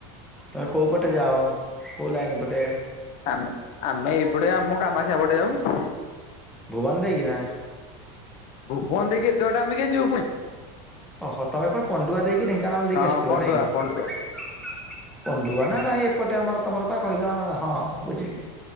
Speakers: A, in the centre; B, on the left.
A: ତମେ କୋଉ ପଟେ ଯାଅ କୋଉ ଲାଇନ୍ ପଟେ?
B: ଆମେ ଆମେ ଏଇପଟେ ଆମ କାମାଖିଆ ପଟେ ଯାଉଁ।
A: ଭୁବନ ଦେଇକିନା।
B: ଭୁବନ ଦେଇକି ଏତେ ବାଟେ ଆମେ କେମତି ଯିବୁ ଫୁଣି।
A: ଓହୋ ତମେ ପରା ପଣ୍ଡୁଆ ଦେଇକି ଢେଙ୍କାନାଳ ଦେଇକି
B: ହଁ
A: ଆସୁଥିବ
B: ପଣ୍ଡୁଆ
A: ନାଇ କି।
B: ପଣ୍ଡୁଆ
A: ପଣ୍ଡୁଆ ନା ନାଇଁ ଏପଟେ ଆମର ତମର ପା କହିଲା ହଁ ହଁ ବୁଝିଲି।